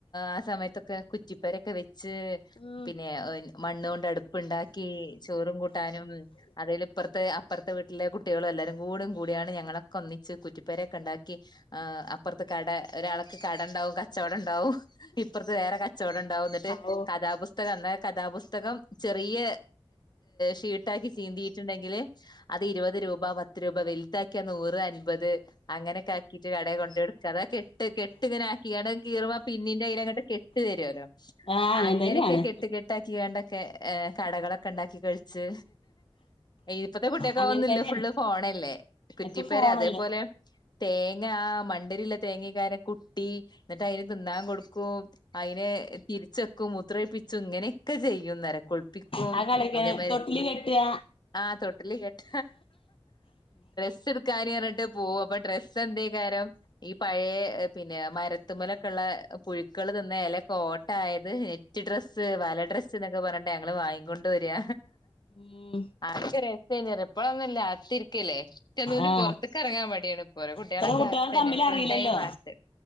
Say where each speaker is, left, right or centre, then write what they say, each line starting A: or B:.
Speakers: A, on the left; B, on the left.
A: ആ സമയത്തൊക്കെ കുറ്റിപ്പെരെക്കെ വെച്ച്
B: ഉം
A: പിന്നെ ഒ മണ്ണോണ്ട് അട്പ്പ്ണ്ടാക്കി ചോറും കൂട്ടാനും അതില് ഇപ്പറ ത്ത് അപ്പറത്തെ വീട്ടിലെ കുട്ടികളും എല്ലാരും കൂടിം കൂടിയാണ്ട് ഞങ്ങളൊക്ക ഒന്നിച്ച് കുറ്റിപ്പേരെയൊക്കെ ഇണ്ടാക്കി ആ അപ്പറത്ത് കട ഒരാൾക്ക് കടണ്ടാവും കച്ചോടണ്ടാവും ഇപ്പറ് ത്ത് വേറെ കച്ചോടം ഇണ്ടാവും ഇന്നെട്ട്
B: ഔ
A: കഥാപുസ്തകം അന്നാ കഥാപുസ്തകം ചെറിയ ഷീട്ടാക്കി ചീന്തീട്ട്ണ്ടെങ്കില് അത് ഇരുപത് രൂപ പത്ത് രൂപ വല്താക്കിയാ നൂറ് അൻപത് അങ്ങനെക്കെ ആക്കീട്ട് കടേ കൊണ്ടോട് <unintelligible> അതാ കെട്ട് കെട്ട് ഇങ്ങനെ ആക്കിക്കാണ്ട് അത് കീറ്മ്പോ പിന്നീന്റെ അയ്ലങ്ങെട്ട് കെട്ട് വെരോലൊ
B: ആഹ് അങ്ങനെ
A: അങ്ങനെയൊക്കെ
B: തന്നെയാണ്
A: കെട്ട്കെട്ടാക്കി ണ്ടൊക്കെ ഏ കടകളൊക്കെ ഇണ്ടാക്കി കഴിച്ച് ഇപ്പത്തെ കുട്ടിയെക്കൊക്കെ
B: അങ്ങനെ
A: അതന്നുല്ല
B: തന്നെയാണ്
A: ഫുള്ള് ഫോണല്ലേ കുറ്റിപ്പേരെ
B: ഇപ്പൊ ഫോണല്ലേ
A: അതേപോലെ തേങ്ങ ആ മണ്ടരിയുള്ള തേങ്ങെക്കാരം കുട്ടി എന്നിട്ട് അതിന് തിന്നാൻ കൊടുക്കും അതിനെ തിരിച്ചെക്കും മൂത്രയിപ്പിച്ചും ഇങ്ങനെ ഒക്കെ ചെയ്യുന്ന നേര കുഴിപ്പിക്കും
B: ആ കളിയൊക്കെ
A: അതേമാരി
B: തൊട്ടില് കെട്ടുക
A: ആഹ് തൊട്ടിലി കെട്ട ഡ്രസ്സ് എടുക്കാൻ പറഞ്ഞിട്ട് പോകും അപ്പൊ ഡ്രസ്സ് എന്തെക്കാരം ഈ പഴയ പിന്നെ മരത്തുമലൊക്കെള്ള പുഴുക്കള് തിന്ന ഇലക്കെ ഓട്ട ആയത് കുറ്റി ഡ്രസ്സ് വല ഡ്രസ്സ് എന്നൊക്കെ പറഞ്ട്ടാ ഞങ്ങൾ വാങ്ങിക്കൊണ്ട് വരിക
B: ഉം
A: ആക്ക രസേനി ഇപ്പഴന്നല്ല അകത്തിരിക്കല്ലെ ഒറ്റെന്നിന്നും
B: ആഹ്
A: പുറത്ത്ക്ക് ഇറങ്ങാൻ മടിയാണ് ഓര കുട്ടികളൊക്കെ
B: ഇപ്പത്തെ കുട്ടികൾ
A: അകത്തന്നെ
B: തമ്മിൽ
A: ഫുൾ
B: അറിയില്ലല്ലോ
A: ടൈം വാട്ട്സ്